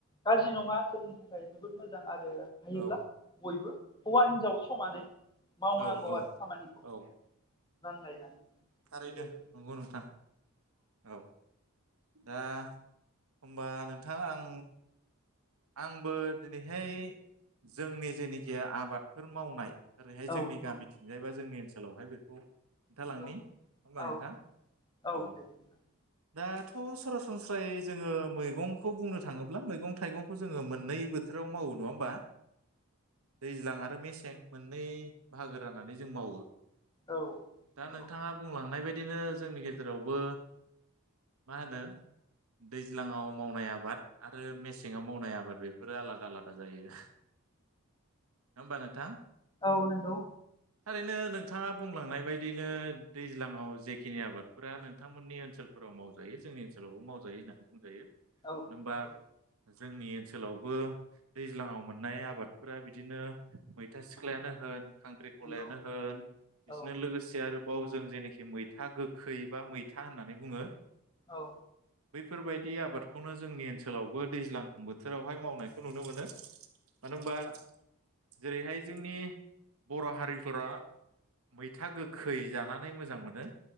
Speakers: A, on the left; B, on the right.
A: गाज्रि नङा जोंनि थाखाय जोबोद मोजां आरो हायोब्ला
B: औ
A: बयबो हौवा हिन हिनजाव समानो मावनांगौ
B: औ औ
A: आरो खामानिखौ
B: औ
A: रानलायनानै। थिग
B: थारैनो
A: बेबायदि
B: नंगौ नोंथां औ। दा होम्बा नोंथां आं आंबो दिनैहाय जोंनि जेनोखि आबादफोर मावनाय ओरैहाय
A: औ
B: जोंनि गामिथिंजाय
A: औ
B: बा जोंनि ओनसोलावहाय बेखौ खोन्थालांनि,
A: नंगौ
B: नङा होमबा
A: औ
B: नोंथां औ,
A: दे दे नोंथां।
B: दा थ' सरासनस्रायै जोङो मैगंखौ बुंनो थाङोब्ला मैगं थाइगंखौ जोङो मोननै बोथोराव मावो। नङा होमबा दैज्लां आरो मेसें, मोननै बाहागो राननानै जों मावो।
A: औ
B: दा नोंथाङा
A: नंगौ
B: बुंलांनाय बायदिनो जोंनि गेजेरावबो मा होनो दैज्लाङाव मावनाय आबाद आरो मेसेङाव मावनाय आबाद, बेफोरो आलादा आलादा जायो। होमबा नोथां
A: औ नंगौ।
B: थारैनो नोंथाङा बुंलांनाय बायदियनो दैज्लाङाव जेखिनि आबाद फोरा नोंथांमोननि ओनसोलफोराव मावजायो जोंनि ओनसोलावबो मावजायो होननानै बुंजायो।
A: औ
B: मानो होनबा
A: नंगौ।
B: जोंनि ओनसोलावबो दैज्लाङाव मोननाय आबादफोरा बिदिनो मैथा सिख्लायानो होन खांख्रिखलायानो
A: नंगौ
B: होन, बिदिनो
A: औ
B: लोगोसे आरो बाव जों जेखि मैथा गोखै, बा मैथा होननानै बुङो
A: औ।
B: बैफोरबायदि आबादखौनो जोंनि ओनसोलावबो दैज्लां बोथोरावहाय मावनायखौ नुनो मोनो। मानो होनबा, जेरैहाय जोंनि बर' हारिफोरा मैथा गोखै जानानै मोजां मोनो,